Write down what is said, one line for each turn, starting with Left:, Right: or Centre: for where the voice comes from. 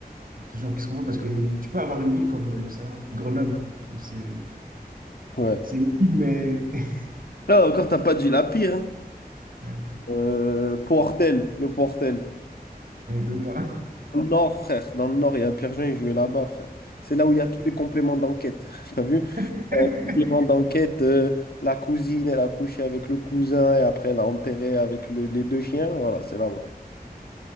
Right: de gens qui se rencontrent parce que tu peux avoir une ville comme, euh, j'en sais rien, Grenoble, où c'est
Left: Ouais.
Right: c'est une ville, mais <laughs>
Left: Là encore, t'as pas dit la pire. hein.
Right: euh,
Left: Euh, Portel, le Portel.
Right: je connais même pas.
Left: Dans le nord, frère. Dans le nord, il y a Pierre-Jean, il jouait là-bas, frère. C'est là où il y a tous les compléments d'enquête. <laughs> T'as vu?
Right: <laughs>
Left: un complément d'enquête, euh, la cousine, elle a couché avec le cousin et après elle a enterré avec le- les deux chiens. Voilà, c'est là-bas.